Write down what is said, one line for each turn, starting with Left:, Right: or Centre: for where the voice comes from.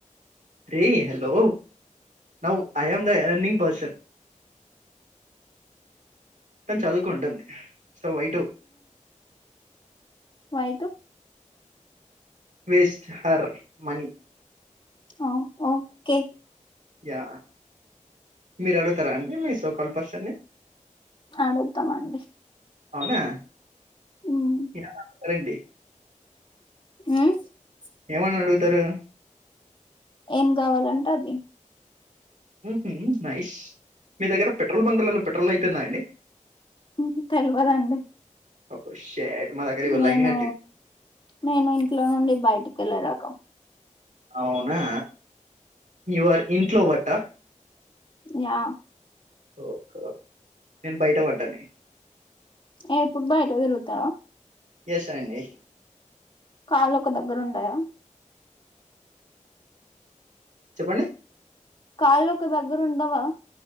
Right: రే hello now I'm the earning person తను చదువుకుంటుంది so white
Left: why to
Right: waste her money
Left: ఓ ఓకే
Right: యా మీరు అడుగుతారా అండి మీ సో కాల్ పర్సని
Left: అడుగుతామండి
Right: అవునా
Left: మ్మ్
Right: ఎం అడుగుతారండి
Left: మ్
Right: ఏమని అడుగుతారు
Left: ఏం కావాలంటే అది
Right: ఊహూ నైస్ మీ దగ్గర పెట్రోల్ బంకులల్లో పెట్రోల్ అయిపోయిందా అండి
Left: ఊహు తెల్వదండి
Right: ఓ షేట్ మా దగ్గర ఇగో
Left: నేను
Right: లైన్ కట్టిరు
Left: నేను ఇంట్లో నుండి బయటికెళ్లరా
Right: అవునా యువర్ ఇంట్లో వట్టా
Left: యా
Right: ఓహో నేను బయట వట్టండి
Left: ఎప్పుడూ బయట తిరుగుతార
Right: ఎస్ అండి
Left: కాలు ఒక దగ్గర ఉండయా
Right: చెప్పండి
Left: కాళ్ళు ఒక దగ్గర ఉండవా